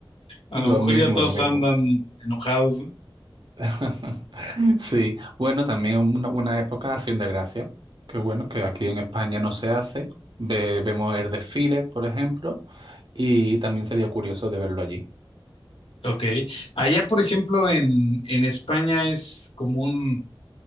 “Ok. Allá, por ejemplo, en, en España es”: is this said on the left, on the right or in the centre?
Left